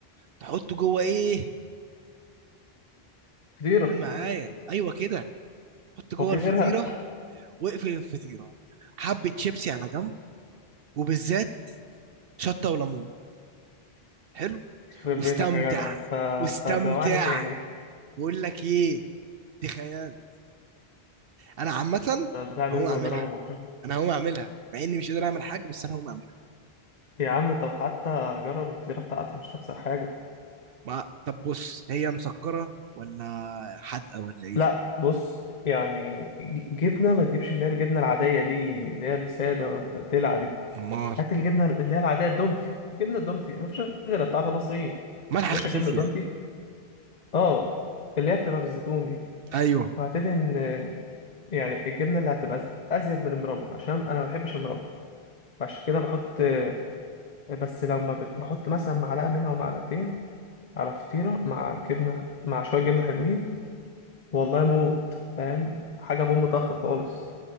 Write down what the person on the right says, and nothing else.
تحطه جوه ايه
قول معايا ايوه كده حط جوه
الفطيرة
واقفل الفطيرة حبة شيبسي على جنب وبالذات شطة وليمون حلو
واستمتع
واستمتع
بقول لك ايه دي خيال انا عامه
هقوم
اعملها
انا هقوم اعملها مع اني مش قادر اعمل حاجه بس انا هقوم اعملها
ما طب بص هي مسكره ولا حادقه ولا ايه
امال
ملح
خفيف
يعني
ايوه